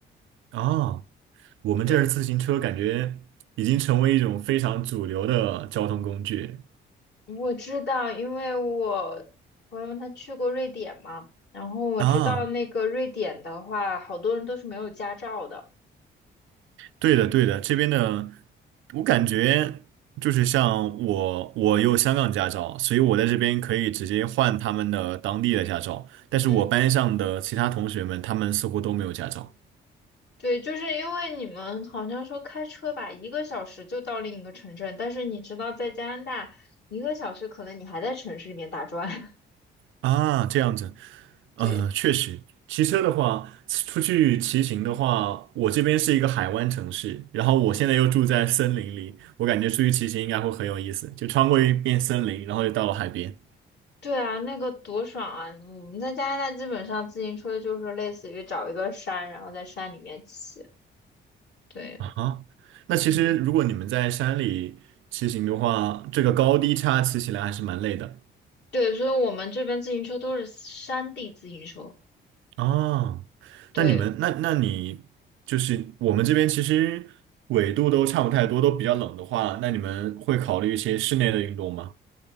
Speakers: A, on the right; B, on the left.
A: 啊，我们这儿自行车感觉已经成为一种非常主流的交通工具。
B: 对，我知道，因为我朋友他去过瑞典嘛，然后我知道那个瑞典的话，
A: 啊。
B: 好多人都是没有驾照的。
A: 对的，对的，这边的我感觉就是像我，我有香港驾照，所以我在这边可以直接换他们的当地的驾照。但是我班上的其他同学们，
B: 嗯，
A: 他们似乎都没有驾照
B: 对，就是因为你们好像说开车吧，一个小时就到另一个城镇，但是你知道在加拿大，一个小时可能你还在城市里面打转。
A: 啊，这样子，
B: <laughs> 对。
A: 嗯、确实，骑车的话，出去骑行的话，我这边是一个海湾城市，然后我现在又住在森林里，我感觉出去骑行应该会很有意思，就穿过一片森林，然后就到了海边。
B: 对啊，那个多爽啊！我们在加拿大基本上自行车就是类似于找一个山，然后在山里面骑。对，
A: 啊哈，那其实如果你们在山里骑行的话，
B: 嗯，
A: 这个高低差骑起来还是蛮累的
B: 对，所以我们这边自行车都是山地自行车。
A: 啊。
B: 对，
A: 那你们，那那你就是我们这边其实纬度都差不太多，都比较冷的话，那你们会考虑一些室内的运动吗？